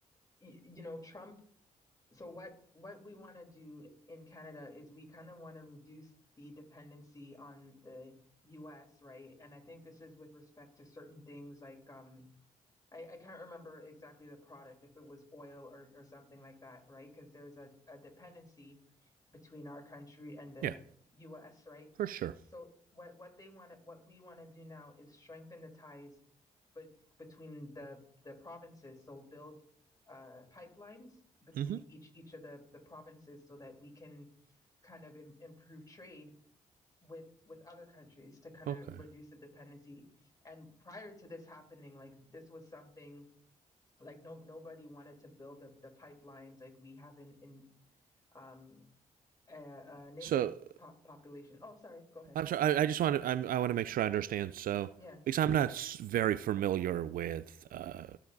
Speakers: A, on the left; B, on the right.
A: y- you know, Trump So what what we want to do in Canada is we kind of want to reduce the dependency on the US, right? And I think this is with respect to certain things like um I, I can't remember exactly the product, if it was oil or, or something like that, right? Because there's a, a dependency between our country and the
B: Yeah,
A: US, right?
B: for sure.
A: So what what they want what we want to do now is strengthen the ties but between the the provinces. So build uh, pipelines between
B: hmm
A: each each of the, the provinces so that we can kind of Im- improve trade with with other countries to kind
B: Okay.
A: of reduce the dependency and prior to this happening like this was something like no nobody wanted to build the, the pipelines like we have in in um a, a native
B: So
A: po- population oh sorry go ahead
B: I'm sorry. I, I just want to. I'm, I want to make sure I understand. So,
A: yeah
B: because I'm not very familiar with, uh,